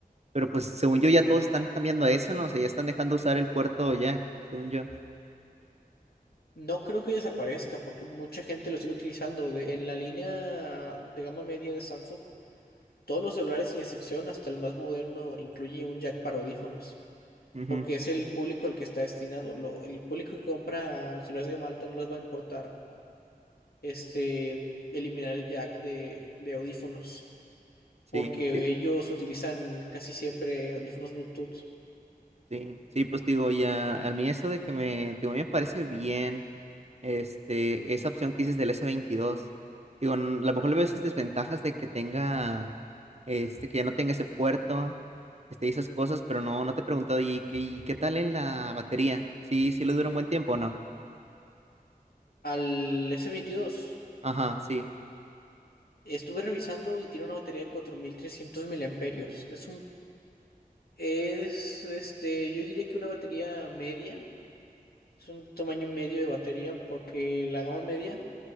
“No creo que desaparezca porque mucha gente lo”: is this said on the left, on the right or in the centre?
Left